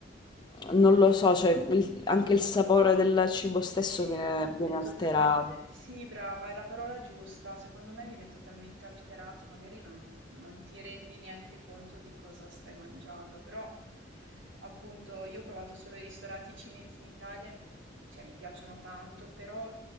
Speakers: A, on the left (about 25°); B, on the right (about 80°).
A: non lo so, cioè il- anche il sapore del cibo stesso
B: Sì,
A: viene, viene
B: è
A: alterato.
B: totalmente sì, brava, è la parola giusta. Secondo me viene totalmente alterato, magari non, non ti rendi neanche conto di cosa stai mangiando, però appunto io ho provato solo i ristoranti cinesi in Italia, cioè mi piacciono tanto, però